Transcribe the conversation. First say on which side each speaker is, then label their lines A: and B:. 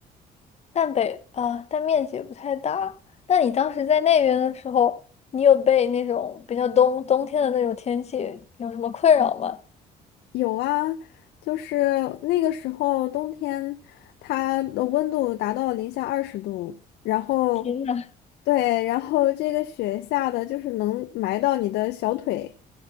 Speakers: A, on the left; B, on the left.
A: 但北啊，但面积也不太大。那你当时在那边的时候，你有被那种比较冬冬天的那种天气有什么困扰吗？
B: 有啊，就是那个时候冬天，它的温度达到零下二十度，然后
A: 天呐，
B: 对，然后这个雪下的就是能埋到你的小腿，